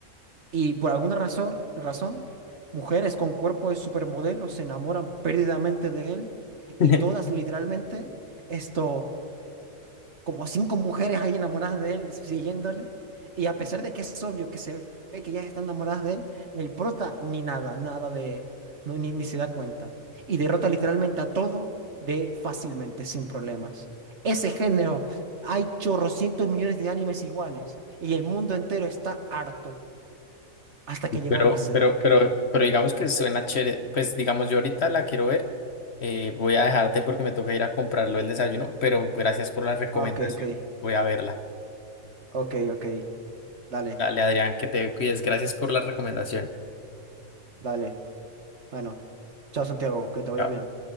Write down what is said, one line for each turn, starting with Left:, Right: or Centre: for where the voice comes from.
Right: y por alguna razón, razón, mujeres con cuerpo de supermodelo se enamoran perdidamente de él y
Left: <laughs>
Right: todas literalmente esto como cinco mujeres ahí enamoradas de él, siguiéndole. Y a pesar de que es obvio que se ve que ellas están enamoradas de él, el prota ni nada, nada de, no, ni, ni se da cuenta. Y derrota literalmente a todo de fácilmente, sin problemas. Ese género, hay chorrocientos millones de animes iguales y el mundo entero está harto hasta que llegó
Left: Pero,
Right: Re:Zero.
Left: pero, pero, pero digamos que suena chévere. Pues digamos, yo ahorita la quiero ver. Eh, voy a dejarte porque me toca ir a comprarlo el desayuno, pero gracias por la recomendación.
Right: Ah, ok, ok,
Left: Voy a verla.
Right: ok, ok. Dale,
Left: Dale, Adrián, que te cuides. Gracias por la recomendación.
Right: dale. Bueno, chao Santiago, que te vaya
Left: Chao.
Right: bien.